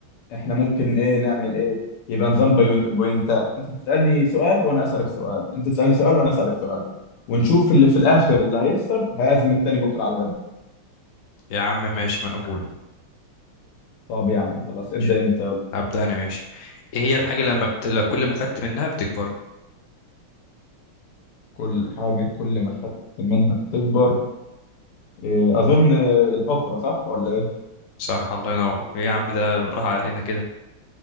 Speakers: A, on the left; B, on the left.
A: احنا ممكن ايه نعمل ايه يبقى نظام بيون- بوينتات انت بتسالني سؤال وانا اسالك سؤال انت تسالني سؤال وانا اسالك سؤال ونشوف اللي في الاخر اللي هيخسر هيعزم التاني بكره على الغدا
B: يا عم ماشي مقبول
A: طب يا عم خلاص ابدا
B: ماشي.
A: انت يلا.
B: هبدأ انا ماشي ايه هي الحاجة لما بت... لا، كل ما خدت منها بتكبر
A: كل حاجه كل ما خدت منها بتكبر إيه، اظن إيه، الحفره صح ولا ايه
B: صح الله ينور ايه يا عم ده بالراحة
A: الحفره
B: علينا كده